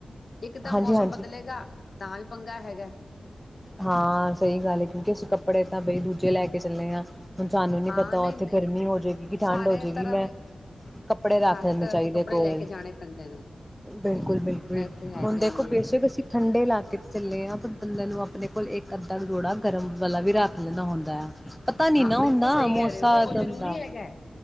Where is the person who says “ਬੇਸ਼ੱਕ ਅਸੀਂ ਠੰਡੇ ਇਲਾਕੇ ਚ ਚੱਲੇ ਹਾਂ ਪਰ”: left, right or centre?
Centre